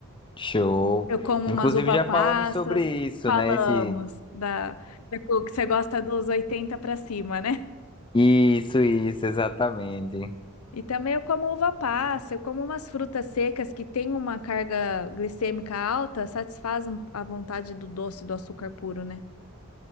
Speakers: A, on the left (about 20°); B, on the left (about 80°).
A: Show.
B: Eu como
A: Inclusive
B: umas uva
A: já
B: passas.
A: falamos sobre isso,
B: Falamos
A: né, esse...
B: da... Você gosta dos 80 para cima, né?
A: Isso, isso, exatamente.
B: E também eu como uva passa, eu como umas frutas secas que têm uma carga glicêmica alta, satisfazem a vontade do doce do açúcar puro, né?